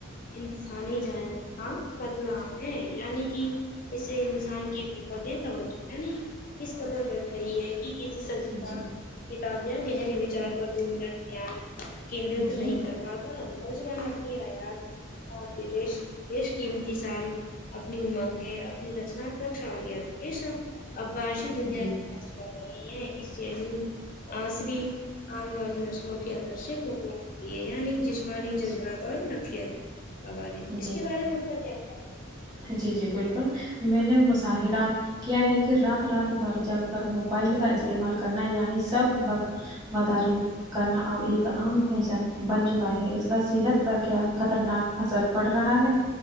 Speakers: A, on the left; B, on the right.
A: انسانی جہانت کا بدلام ہے یعنی کہ اسے انسان کی قربتیں توجہ نہیں اس قدر بٹ رہی ہے کہ کسی سجیو
B: جی
A: کتاب یا گہرے وچار پر تو <unintelligible> ور نتان کیندرت
B: جی
A: نہیں کر پاتا نوجوان اپنی حیات رش رش قیمتی سائن اپنی امنگیں اپنی رچنا کو چھا گیا اس عبباشی دنیا
B: جی
A: اچ با ہے اسٹ جانو آصری آنے والی نسلوں کے اندر سے بھک لگ شری یعنی جسمانی جذبات
B: جی
A: اور نفیت قوار اس
B: جی
A: کے بارے میں ان کا کیا خیال
B: جی جی بالکل میں نے مظاہرہ کیا ہے کہ رات رات بھر جا کر موبائل کا استعمال کرنا یعنی سبق باداری کرنا اب ایک عام فیشن بن چکا ہے اس کا صحت پر کیا خطرناک اثر پڑ رہا ہے